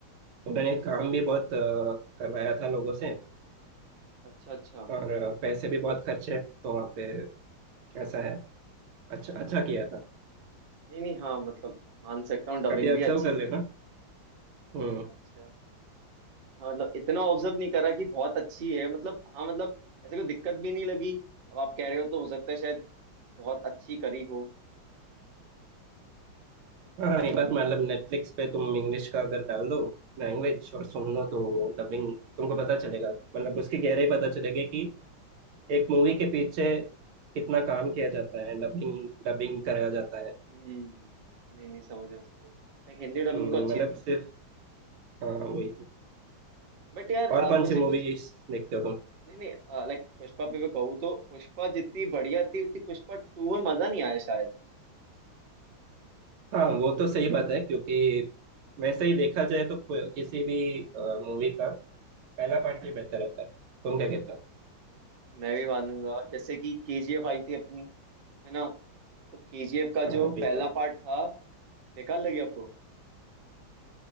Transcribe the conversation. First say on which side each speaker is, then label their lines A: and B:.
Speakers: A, on the right; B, on the right.
A: उन्होंने काम भी बहुत अ, करवाया था लोगों से
B: अच्छा अच्छा
A: और अ, पैसे भी बहुत खर्चे तो वहाँ पे ऐसा है अच्छा अच्छा किया
B: हाँ
A: था
B: नहीं नहीं हाँ मतलब मान सकता हूँ डबिंग
A: कभी ऑब्जर्व
B: भी अच्छी
A: कर
B: थी
A: लेना
B: लाइक
A: हम्म
B: अच्छा हाँ मतलब इतना ऑब्जर्व नहीं करा कि बहुत अच्छी है मतलब हाँ मतलब ऐसे कोई दिक्कत भी नहीं लगी अब आप कह रहे हो तो हो सकता है शायद बहुत अच्छी करी हो
A: हाँ एक बार मतलब नेटफ्लिक्स पे तुम इंग्लिश का अगर डाल दो लैंग्वेज और सुन लो तो डबिंग तुमको पता चलेगा मतलब उसकी गहराई पता चलेगी कि एक मूवी के पीछे कितना काम किया जाता है डबिंग डबिंग कराया जाता है
B: हम्म नहीं नहीं समझ रहा हूँ, समझ रहा हूँ। लाइक हिंदी डबिंग
A: हम्म,
B: तो अच्छी
A: मतलब
B: थी
A: सिर्फ हाँ वही तो
B: बट यार
A: और
B: अ,
A: कौन
B: मुझे
A: सी मूवीज
B: कुछ
A: देखते हो तुम
B: नहीं नहीं लाइक पुष्पा पे मैं कहूँ तो पुष्पा जितनी बढ़िया थी उतनी पुष्पा टू में मजा नहीं आया शायद
A: हाँ वो तो सही बात है क्योंकि वैसे ही देखा जाए तो को- किसी भी मूवी का पहला पार्ट ही बेहतर रहता है तुम क्या कहते हो
B: मैं भी मानूंगा जैसे कि केजीएफ आई थी अपनी है ना तो केजीएफ का
A: हाँ
B: जो
A: वही
B: पहला
A: तो
B: पार्ट था बेकार लगे आपको